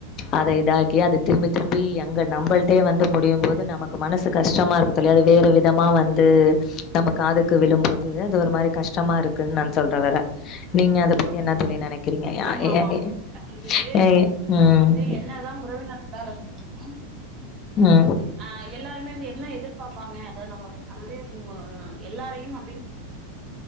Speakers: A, on the left; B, on the right.
A: அத இதாக்கி அது திரும்பி திரும்பி அங்க நம்மள்டே வந்து முடியு போது நமக்கு மனசு கஷ்டமா இருக்கதுல்லையா அது வேற விதமா வந்து நம்ம காதுக்கு விழும்போது து அது ஒரு மாரி கஷ்டமா இருக்குன்னு நா சொல்றே வேற நீங்க அத பத்தி என்ன தோழி நெனைக் கிறீங்க நா
B: ஆமா
A: எ
B: ஆமா ஆமா
A: எ
B: அது வந்து
A: எ
B: நம்ம
A: ம்
B: வந்து என்னதா உறவினர்ங்களா இருந்தாலும்
A: ம்
B: ஆஹ் எல்லாருமே வந்து என்ன எதிர் பாப்பாங்க அது நம்ம அது வந்து உம் எல்லாரையு அப்டின்னு